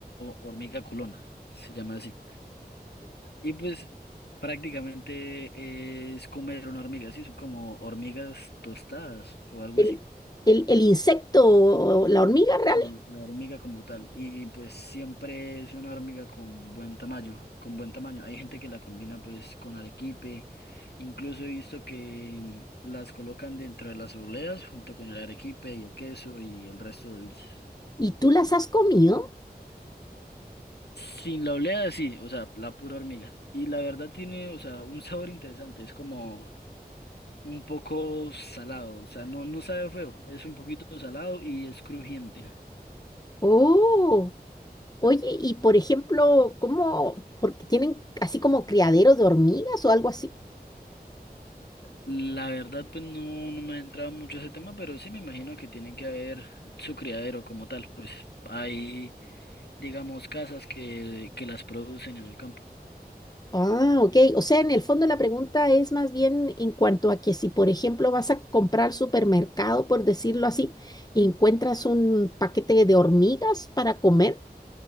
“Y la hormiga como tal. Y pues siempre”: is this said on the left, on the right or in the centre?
Left